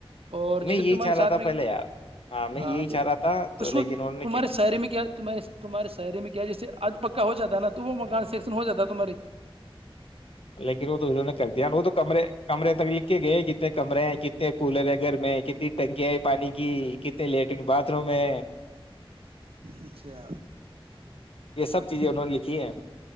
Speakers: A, on the right; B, on the left.
A: اور
B: میں
A: جیسے
B: یہی
A: تمہارے
B: چاہ رہا
A: ساتھ
B: تھا
A: میں
B: پہلے یار میں
A: ہاں
B: یہی
A: تو
B: چاہ رہا تھا تو
A: اس کو
B: لیکن انہوں نے
A: تمہاراری
B: کیا
A: س شاعری میں کیا تہے تمہارے شاعری میں کیا جیسے ادھ پکا ہو جاتا نا ت وہ مان سے ہو جاتا ہے تمہاری
B: لیکن وہ تو انہوں نے کر دیا وہ تو کمرے کمے تک ل گئے کتنے کمرے ہیں کتنے کولر ہے گھر میں کتنی ٹنکیاں ہے پانی کی کتنے لیٹرن باتھ روم ہے
A: اچھا
B: یہ سب چیزیں انہوں نے لکھی ہیں